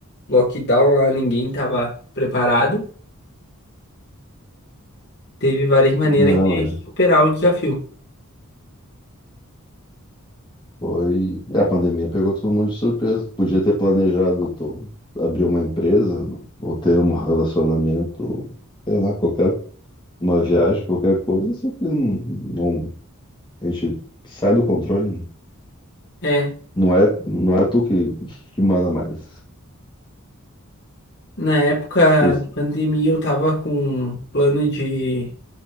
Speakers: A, on the left (about 55°); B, on the left (about 20°).
A: lockdown lá, ninguém estava preparado. Teve várias maneiras
B: Não,
A: de
B: é.
A: superar o desafio.
B: Foi. é, A pandemia pegou todo mundo de surpresa. Podia ter planejado tu abrir uma empresa ou ter um relacionamento, sei lá, qualquer uma viagem, qualquer coisa, isso aqui não, não- a gente sai do controle, né?
A: É,
B: não é, não é tu que, que manda mais.
A: na época
B: Por isso.
A: de pandemia, eu tava com um plano de